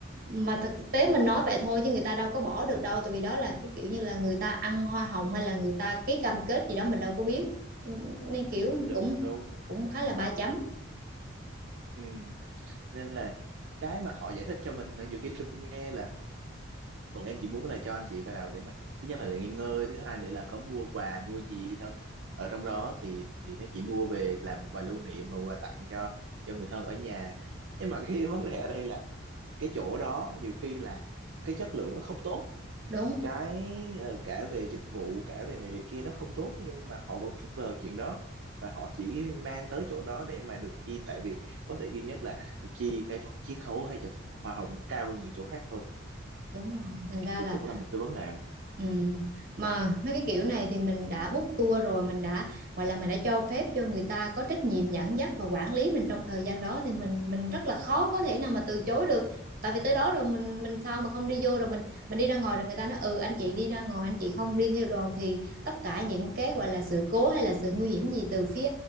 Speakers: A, on the right; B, on the right.
A: mà thực tế mình nói vậy thôi chứ người ta đâu có bỏ được đâu tại vì đó là cái kiểu như là người ta ăn hoa hồng hay là người ta ký cam kết gì đó mình đâu có biết nên kiểu
B: đúng
A: cũng
B: đúng
A: cũng khá là ba chấm
B: ừ. nên là cái mà họ giải thích cho mình nhiều khi tôi cũng nghe là còn em chỉ muốn là cho anh chị vào để mà thứ nhất là để nghỉ ngơi thứ hai nữa là có mua quà mua gì đó ở trong đó thì thì mấy chị mua về làm quà lưu niệm và quà tặng cho cho người thân ở nhà nhưng mà cái <laughs> vấn đề ở đây là cái chỗ đó nhiều khi là cái chất lượng nó không tốt
A: đúng
B: cái ờ, cả về dịch vụ cả về này về kia nó không tốt nhưng mà họ vẫn phớt lờ chuyện đó và họ chỉ mang tới chỗ đó để mà được chi tại vì có thể duy nhất là được chi cái phần chiết khấu hay là phần hoa hồng nó cao hơn những chỗ khác thôi
A: đúng rồi thành ra
B: thì
A: là
B: cũng là một cái vấn nạn
A: Ừ. Mà mấy cái kiểu này thì mình đã book tour rồi mình đã gọi là mình đã cho phép cho người ta có trách nhiệm dẫn dắt và quản lý mình trong thời gian đó thì mình mình rất là khó có thể nào mà từ chối được tại vì tới đó rồi mình mình sao mà không đi vô rồi mình mình đi ra ngoài rồi người ta nói ừ anh chị đi ra ngoài anh chị không đi theo đoàn thì tất cả những cái gọi là sự cố hay là sự nguy hiểm gì từ phía